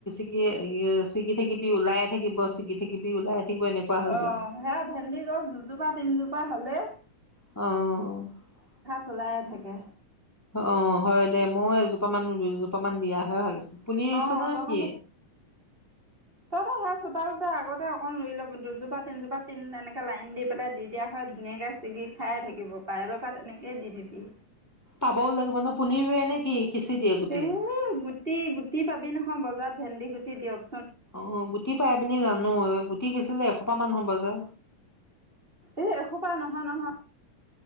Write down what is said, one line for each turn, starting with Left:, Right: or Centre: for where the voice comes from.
Centre: য়ে', য় ', চিগি থাকিবি ওলাই থাকিব চিগি থাকিবি ওলাই থাকিব এনেকুৱা হৈ
Right: অ',
Centre: যায়
Right: সেয়া ভেন্দি গছ দুজোপা তিনিজোপা পা হলে
Centre: অহ ',
Right: চলাইে থাকে।
Centre: অ', হয় দে মই এজোপা মান দুজোপা মান দিয়া হয় ভাল আছিল পুলি ৰুইছে
Right: অ',
Centre: নে
Right: তহঁতৰ,
Centre: কি
Right: তহঁতৰ ঘৰত চব চতালতে আগতে অকণ ৰুই লব দুজোপা তিনজোপা তিন এনেকে লাইন দি পেলাই দি দিয়া হয় ধুনীয়াকে ছিগি খায়ে থাকিব পাৰেব পৰা তেনেকেই দি দিবি।
Centre: পাবও লাগিব ন পুলি ৰুৱে নে কি? সিঁচি দিয়ে গুটি
Right: এ গুটি গুটি পাবি নহয় বজাত ভেন্দি গুটি দিয়ক
Centre: অ গুটি পাই বুলি জানো গুটি খিছিলে এ এহোপামান হ'ব যে
Right: এই এসোপা নহয় নহয়